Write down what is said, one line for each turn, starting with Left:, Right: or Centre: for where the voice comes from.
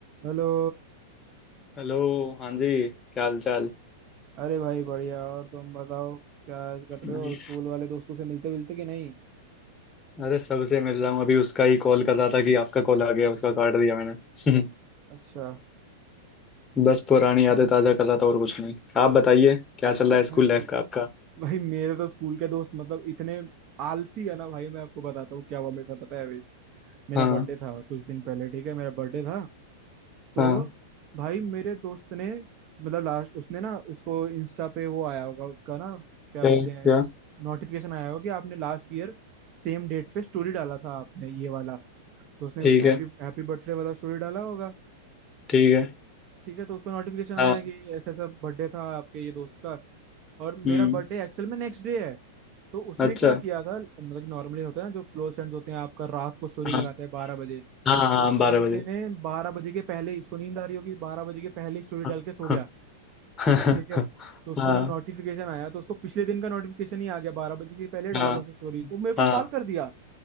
Right: हेलो
Left: हेलो हाँ जी क्या हाल चाल
Right: अरे भाई बढ़िया और तुम बताओ क्या कर
Left: मैं-
Right: रहे हो स्कूल वाले दोस्तों से मिलते मिलते कि नहीं
Left: अरे सबसे मिल रहा हूँ अभी उसका ही कॉल कर रहा था कि आपका कॉल आ गया उसका काट दिया मैंने <laughs>
Right: अच्छा
Left: बस पुरानी यादें ताजा कर रहा था और कुछ नहीं आप बताइए क्या चल रहा
Right: भाई
Left: है स्कूल लाइफ का आपका
Right: भाई मेरे तो स्कूल के दोस्त मतलब इतने आलसी है ना भाई मैं आपको बताता हूँ क्या हुआ मेरे साथ पता है अभी मेरा
Left: हाँ
Right: बर्थडे था कुछ दिन पहले ठीक है मेरा बर्थडे था तो
Left: हाँ
Right: भाई मेरे दोस्त ने मतलब लास्ट उसने ना उसको इंस्टा पे वो आया होगा उसका ना क्या
Left: क्या
Right: बोलते हैं
Left: क्या
Right: नोटिफिकेशन आया होगा कि आपने लास्ट ईयर सेम डेट पे स्टोरी डाला था आपने ये वाला तो उसने
Left: ठीक
Right: हैप्पी
Left: है
Right: हैप्पी बर्थडे वाला स्टोरी डाला होगा
Left: ठीक है
Right: ठीक है तो उसको नोटिफिकेशन आया
Left: हाँ
Right: कि ऐसा ऐसा बर्थडे था आपके ये दोस्त का और
Left: हम्म
Right: मेरा बर्थडे एक्चुअल में नेक्स्ट डे है तो उसने
Left: अच्छा
Right: क्या किया था मतलब कि नॉर्मली होता है ना जो क्लोज फ्रेंड्स होते हैं आपका रात को स्टोरी
Left: हाँ
Right: लगाते हैं बारह बजे
Left: हाँ हाँ
Right: तो उस
Left: बारह
Right: बंदे
Left: बजे
Right: ने बारह बजे के पहले ही उसको नींद आ रही होगी बारह बजे के पहले ही स्टोरी डाल
Left: हाँ
Right: के सो गया
Left: हाँ
Right: ठीक है
Left: <laughs>
Right: तो उसको
Left: हाँ
Right: जब नोटिफिकेशन आया तो उसको पिछले दिन का नोटिफिकेशन ही आ गया बारह बजे के पहले डाला
Left: हाँ
Right: था उसने स्टोरी तो मेरे को
Left: हाँ
Right: कॉल कर दिया